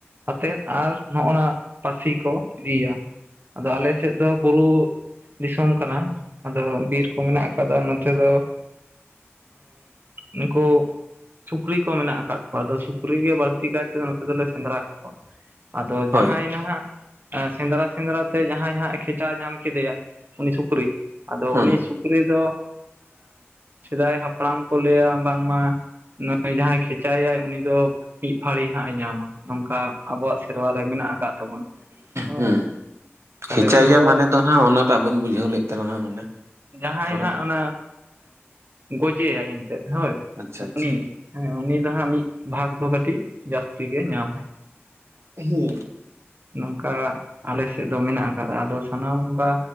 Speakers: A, on the right (about 50°); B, on the right (about 75°).
A: ᱟᱛᱮᱫ ᱟᱨ ᱱᱚᱜᱼᱚ ᱱᱟ ᱯᱟᱹᱥᱤ ᱠᱚ ᱤᱫᱤᱭᱟ ᱟᱫᱚ ᱟᱞᱮ ᱥᱮᱫ ᱫᱚ ᱵᱩᱨᱩ ᱫᱤᱥᱚᱢ ᱠᱟᱱᱟ ᱟᱫᱚ ᱵᱤᱨ ᱠᱚ ᱢᱮᱱᱟᱜ ᱟᱠᱟᱫᱟ ᱱᱚᱛᱮ ᱫᱚ ᱱᱩᱠᱩ ᱥᱩᱠᱨᱤ ᱠᱚ ᱢᱮᱱᱟᱜ ᱟᱠᱟᱫ ᱠᱚᱣᱟ ᱟᱫᱚ ᱥᱩᱠᱨᱤ ᱜᱮ ᱵᱟᱹᱲᱛᱤ ᱠᱟᱭᱛᱮ ᱱᱚᱛᱮ ᱫᱚᱞᱮ ᱥᱮᱸᱫᱽᱨᱟ ᱠᱚᱣᱟ ᱟᱫᱚ
B: ᱦᱳᱭ
A: ᱡᱟᱦᱟᱸᱭ ᱱᱟᱦᱟᱸᱜ ᱥᱮᱸᱫᱽᱨᱟ ᱥᱮᱸᱫᱽᱨᱟ ᱛᱮ ᱡᱟᱦᱟᱸᱭ ᱦᱟᱸᱜ ᱮ ᱠᱷᱮᱪᱟ ᱧᱟᱢ ᱠᱮᱫᱮᱭᱟ ᱩᱱᱤ ᱥᱩᱠᱨᱤ ᱟᱫᱚ
B: ᱦᱩᱸ
A: ᱩᱱᱤ ᱥᱩᱠᱨᱤ ᱫᱚ ᱥᱮᱫᱟᱭ ᱦᱟᱯᱲᱟᱢ ᱠᱚ ᱞᱟᱹᱭ ᱟ ᱵᱟᱝᱢᱟ ᱱᱚᱜᱼᱚᱭ ᱡᱟᱦᱟᱸᱭ ᱠᱷᱮᱪᱟᱭᱟᱭ ᱩᱱᱤ ᱫᱚ ᱢᱤᱫ ᱯᱷᱟᱹᱲᱤ ᱦᱟᱸᱜ ᱮ ᱧᱟᱢᱟ ᱱᱚᱝᱠᱟ ᱟᱵᱚᱣᱟᱜ ᱥᱮᱨᱣᱟ ᱨᱮ ᱢᱮᱱᱟᱜ ᱟᱠᱟᱫ ᱛᱟᱵᱚᱱᱟ ᱦᱳᱭ
B: ᱦᱩᱸ
A: ᱛᱟᱦᱞᱮ
B: ᱠᱷᱮᱪᱟᱭᱮᱭᱟ
A: ᱩᱱᱤ
B: ᱢᱟᱱᱮ ᱫᱚ ᱱᱟᱜ ᱚᱱᱟᱴᱟᱜ ᱵᱟᱹᱧ ᱵᱩᱡᱷᱟᱹᱣ ᱞᱮᱫ ᱛᱟᱞᱟᱝᱟ ᱢᱟᱱᱮ
A: ᱡᱟᱦᱟᱸᱭ
B: ᱛᱷᱚᱲᱟ
A: ᱦᱟᱸᱜ ᱚᱱᱟ ᱜᱚᱡᱮᱟᱭ ᱮᱱᱛᱮᱫ ᱦᱳᱭ
B: ᱟᱪᱪᱷᱟ ᱟᱪᱪᱷᱟ
A: ᱩᱱᱤ ᱦᱮᱸ ᱩᱱᱤ ᱫᱚ ᱦᱟᱸᱜ ᱢᱤᱫ ᱵᱷᱟᱜᱽ ᱫᱚ ᱠᱟᱹᱴᱤᱡ ᱡᱟᱹᱥᱛᱤ ᱜᱮ ᱧᱟᱢᱟᱭ
B: ᱦᱮᱸ
A: ᱱᱚᱝᱠᱟ ᱟᱞᱮ ᱥᱮᱫ ᱫᱚ ᱢᱮᱱᱟᱜ ᱟᱠᱟᱫᱟ ᱟᱫᱚ ᱥᱟᱱᱟᱢ ᱚᱱᱠᱟ